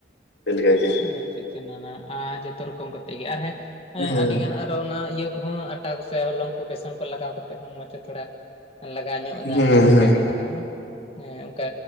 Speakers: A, on the left; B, on the left.
A: ᱟᱯᱮᱞᱮᱠᱟ ᱜᱮ᱾
B: ᱦᱩᱸ ᱟᱪᱪᱷᱟ <unintelligible> ᱟᱨ ᱡᱚᱛᱚ ᱨᱚᱠᱚᱢ ᱠᱟᱛᱮ ᱜᱮ ᱟᱨ ᱦᱮᱸ
A: ᱦᱮᱸ
B: ᱟᱹᱰᱤᱜᱟᱱ ᱟᱨ ᱟᱨ ᱚᱱᱟ ᱤᱭᱟᱹ ᱠᱚᱦᱚᱸ ᱟᱴᱟ ᱠᱚᱥᱮ ᱦᱚᱞᱚᱝ ᱠᱚ ᱵᱮᱥᱚᱱ ᱠᱚ ᱞᱟᱜᱟᱣ ᱠᱟᱛᱮ ᱦᱚᱸ ᱢᱚᱸᱡᱽ ᱛᱷᱚᱲᱟ, ᱞᱟᱜᱟᱣ ᱧᱚᱜ ᱮᱫᱟ
A: ᱦᱮᱸ
B: ᱚᱱᱟ ᱠᱚᱛᱮ
A: ᱦᱮᱸ
B: <unintelligible> ᱦᱚᱸ ᱚᱱᱠᱟ᱾